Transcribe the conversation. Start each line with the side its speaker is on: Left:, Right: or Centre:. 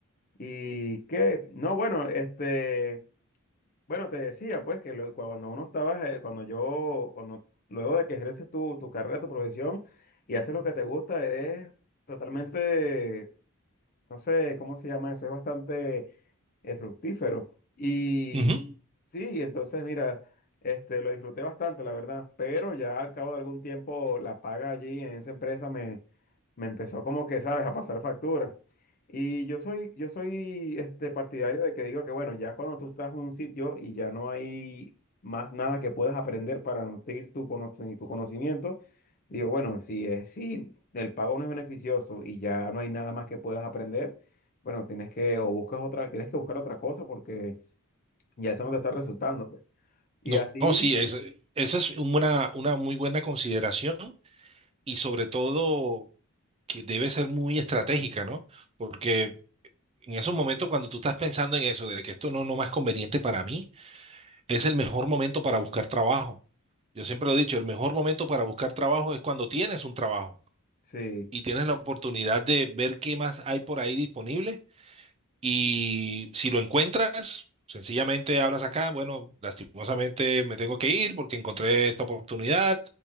Left: Y que, no, bueno, este, bueno, te decía pues que lo- cuando uno estaba, eh, cuando yo, cuando, luego de que ejerces tu, tu carrera, tu profesión y haces lo que te gusta, es totalmente no sé cómo se llama eso, es bastante eh, fructífero. Y
Right: Ujú.
Left: sí, entonces mira, este, lo disfruté bastante, la verdad, pero ya al cabo de algún tiempo la paga allí en esa empresa me, me empezó como que, sabes, a pasar factura. Y yo soy, yo soy este, partidario de que digo que, bueno, ya cuando tú estás en un sitio y ya no hay más nada que puedas aprender para nutrir tu, cono- tu conocimiento, digo, bueno, si es, si el pago no es beneficioso y ya no hay nada más que puedas aprender, bueno, tienes que, o buscas otra, tienes que buscar otra cosa porque ya eso no te está resultando, pues. Y
Right: No,
Left: así,
Right: no, sí, es, esa es una, una muy buena consideración y sobre todo que debe ser muy estratégica, ¿no? Porque en esos momentos cuando tú estás pensando en eso, de que esto no, no más conveniente para mí, es el mejor momento para buscar trabajo. Yo siempre lo he dicho, el mejor momento para buscar trabajo es cuando tienes un trabajo
Left: sí,
Right: y tienes la oportunidad de ver qué más hay por ahí disponible y si lo encuentras, sencillamente hablas acá, bueno, lastimosamente me tengo que ir porque encontré esta oportunidad,